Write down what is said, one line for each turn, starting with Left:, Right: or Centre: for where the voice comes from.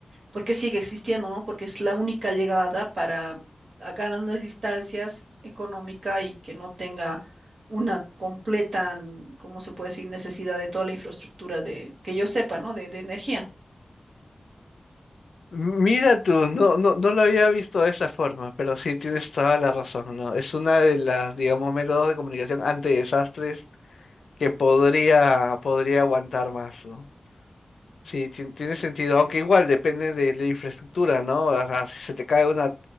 Right: porque sigue existiendo, ¿no? Porque es la única llegada para a grandes distancias económica y que no tenga una completa, mm, ¿cómo se puede decir?, necesidad de toda la infraestructura de, que yo sepa, ¿no? De, de energía.
Left: mira tú, no, no, no lo había visto de esa forma, pero sí tienes toda la razón, ¿no? Es una de las, digamos, métodos de comunicación ante desastres que podría, podría aguantar más, ¿no? Sí, tien- tiene sentido, aunque igual depende de la infraestructura, ¿no? O sea, si se te cae una,